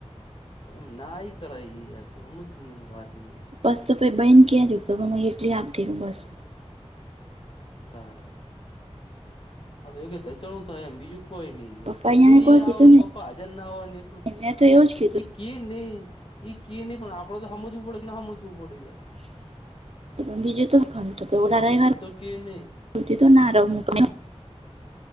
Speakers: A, on the left (about 55°); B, on the right (about 65°).
A: એમ નાઈ કરાઈએ યાર, તું હમજતી નહીં વાતને યાર
B: બસ તો ફિર બેન ક્યાં જતો, તમારે એટલી આપતી બસ
A: ધારે <unintelligible>
B: પપ્પા અહિયાને કોઈ કીધું નહી મેં તો એવું જ કીધું
A: એ ક નહી, એ ક નહી પણ આપડે તો હમજવું પડે કે ના હમજવું પડે યાર
B: <unintelligible>
A: એમ એ તો કે નહી